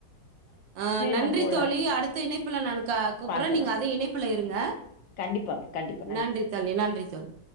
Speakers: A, on the right; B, on the left.
A: ஆ நன்றி
B: நான் போல
A: தோழி அடுத்த இணைப்புல நானு க கூப்புறே
B: பாக்கலாம்
A: நீங்க அத இணைப்புல இருங்க
B: கண்டிப்பாங்க கண்டிப்பா
A: நன்றி தோழி நன்றி தோழி